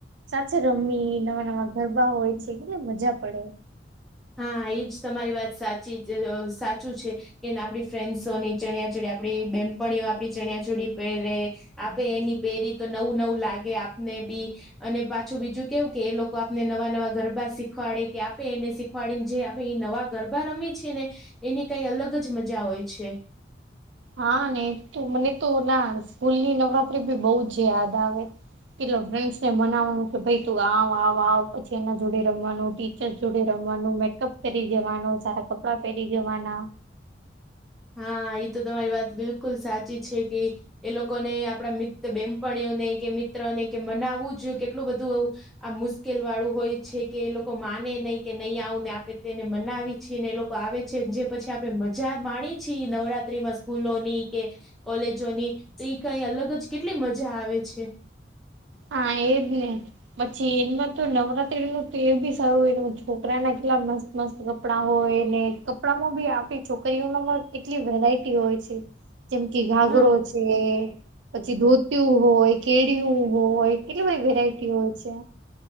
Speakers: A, on the right (about 85°); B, in the centre.
A: સાથે રમી નવા નવા ગરબા હોય છે, કેટલે મજા પડે.
B: હા એજ તમારી વાત સાચી <unintelligible> સાચું છે. કેને આપણી ફ્રેન્ડસોની ચણિયાચડી આપડી બેમ્પણીઓ આપણી ચણિયાચોડી પહેરે. આપે એની પેરી તો નવું નવું લાગે આપને બી. અને પાછું બીજું કેવું કે એ લોકો આપને નવા નવા ગરબા શીખવાડે કે આપે <unintelligible> ખવાડીને જે આપણે એ નવા ગરબા <unintelligible> છીએ ને એની કઈ અલગ જ મજા હોય છે.
A: હા ને તો મને તો ના સ્કૂલ ની નવરાત્રી ભી બઉ જ યાદ આવે. <unintelligible> ને મનાવવાનું કે ભાઈ તું આવ આવ આવ પછી એના જોડે રમવાનું ટી જોડ રમવાનું મેકઅપ કરી જવાનું સારા કપડાં પહેરી જવાના.
B: હા એ તો તમારી વાત બિલકુલ સાચી છે, કે. એ લોકોને આપડા મિત્ર બેમપણીઓને કે મિત્રને કે મનાવું જ કેટલું બધું. આ મુશ્કેલ વાળું હોય છે, કે એ લોકો માને નહી કે નહી આવું ને આપે તેને મનાવી. છી ને એ લોકો આવે છે, જે પછી આપે મજા માણીએ છીએ નવરાત્રીમાં સ્કૂલોની કે. કોલેજોની તો એ કઈ અલગ જ કેટલી મજા આવે છે.
A: હા <unintelligible> પછી એમાં તો નવરાત્રી નું તો બી સારું હોય છોકરા ના કેટલા મસ્ત મસ્ત. કપડા હોય ને કપડામાં બી આપણી છોકરીઓમાંમાં કેટલી વેરાયટી હોય છે. જેમ કે ઘાગરો
B: હા
A: છે પછી ધોતું હોય કેળયું. હોય કેટલી બધી વેરાયટીઓ છે.